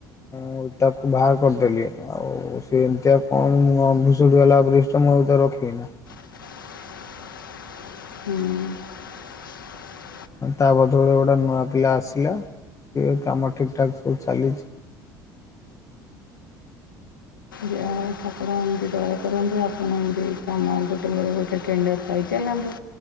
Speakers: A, on the left (about 30°); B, on the left (about 85°).
A: ମୁଁ ତାକୁ ବାହାର କରିଦେଲି ଆଉ ସେ ଏମିତିଆ କଣ ଭୁଷୁଡ଼ିଗଲା ବ୍ରିଚ୍ ଟା ମୁଁ ଆଉ ତା ରଖିବି ନା।
B: ହୁଁ <inaudible>
A: ତା ବଦଳରେ ଗୋଟେ ନୂଆ ପିଲା ଆସିଲା ସିଏ କାମ ଠିକ୍ ଠାକ୍ ସବୁ ଚାଲିଛି।
B: ଯାହା। ଠାକୁର ଏମିତି ଦୟା କରନ୍ତୁ ଆପଣ ଏମିତି କାମ ଗୋଟେ ପରେ ଗୋଟେ ଟେଣ୍ଡର ପାଇଚାଲନ୍ତୁ।